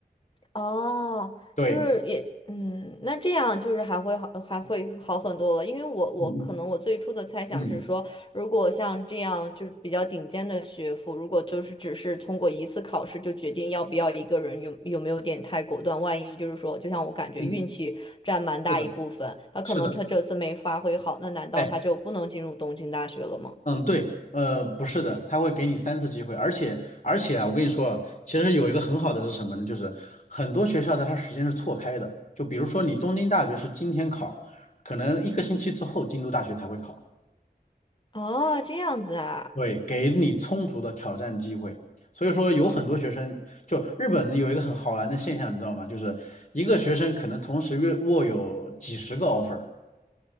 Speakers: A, on the left (about 30°); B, on the left (about 45°).
A: 哦，
B: 对，
A: 就是也，嗯，那这样就是还会好，还会好很多了。因为我我可能我最初的猜想是说，
B: 嗯嗯嗯
A: 如果像这样就是比较顶尖的学府，如果就是只是通过一次考试就决定要不要一个人有有没有点太果断，万一就是说，就像我感觉运气占蛮大一部分，
B: 嗯，是的，
A: 他可能他这次没发挥好，
B: 是的。
A: 那难道他就不能进入东京大学了吗？
B: 哎。嗯，对，呃，不是的，他会给你三次机会，而且而且啊，我跟你说啊，其实有一个很好的是什么呢？就是很多学校的它时间是错开的，就比如说你东京大学是今天考，可能一个星期之后京都大学才会考，
A: 哦，这样子啊，
B: 对，给你充足的挑战机会。所以说有很多学生，就日本有一个很好玩的现象，你知道吗？就是一个学生可能同时约握有几十个 offer，